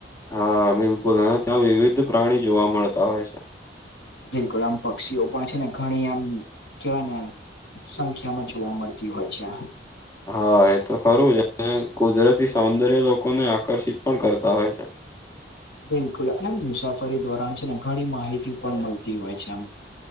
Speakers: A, on the left (about 15°); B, on the left (about 75°).
A: હા બિલકુલ હ ત્યાં વિવિધ પ્રાણી જોવા મળતા હોય છે.
B: બિલકુલ આમ પક્ષીઓ પણ છે ને ઘણી આમ કેવાય ને સંખ્યા માં જોવા મળતી હોય છે.
A: હા એ તો ખરું છે અને કુદરતી સૌંદર્ય લોકોને આકર્ષિત પણ કરતા હોય છે.
B: બિલકુલ અને મુસાફરી દોરણ છે ને ઘણી માહિતી પણ મળતી હોય છે આમ